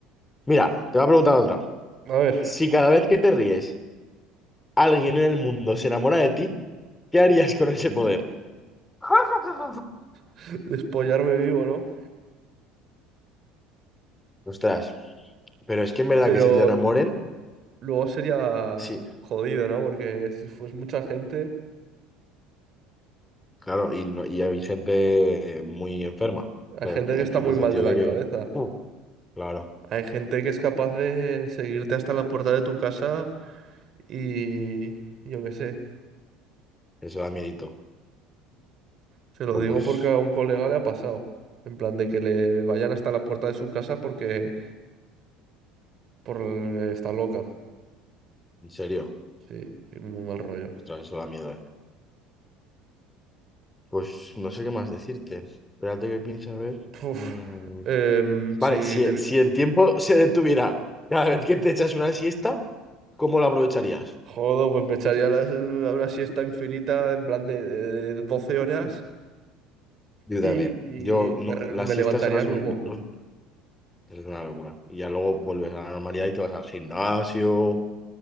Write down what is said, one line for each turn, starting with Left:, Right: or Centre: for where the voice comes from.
Left: Mira, te voy a preguntar otra.
Right: A ver,
Left: Si cada vez que te ríes, alguien en el mundo se enamora de ti, ¿qué harías con ese poder? <laughs>
Right: <laughs> despollarme vivo, ¿no?
Left: Ostras, pero es que en verdad
Right: Pero
Left: que se te enamoren,
Right: luego sería
Left: sí,
Right: jodido, ¿no? Porque si fuese mucha gente,
Left: claro, y, no, y hay gente muy enferma,
Right: hay
Left: en,
Right: gente
Left: en
Right: que está muy
Left: el
Right: mal
Left: sentido
Right: de la
Left: de que,
Right: cabeza.
Left: uh, claro,
Right: Hay gente que es capaz de seguirte hasta la puerta de tu casa y yo qué sé.
Left: eso da miedito.
Right: Se lo
Left: O
Right: digo
Left: pues,
Right: porque a un colega le ha pasado. En plan de que le vayan hasta la puerta de su casa porque por está loca.
Left: en serio,
Right: Sí, y muy mal rollo.
Left: ostras, eso da miedo, eh. Pues no sé qué más decirte. Espérate que piensa a ver.
Right: Puf.
Left: Mm,
Right: Em,
Left: Vale,
Right: si
Left: si,
Right: te
Left: si el tiempo <laughs> se detuviera cada vez que te echas una siesta, ¿cómo la aprovecharías?
Right: jodo, pues me echaría las- una siesta infinita en plan de, de- de 12 horas
Left: Mm. Yo
Right: y
Left: también. Yo, no-
Right: me, re-
Left: las
Right: me
Left: siestas
Right: levantaría
Left: son las...
Right: nuevo.
Left: un- los- es una locura. Y ya luego vuelves a la normalidad y te vas al gimnasio.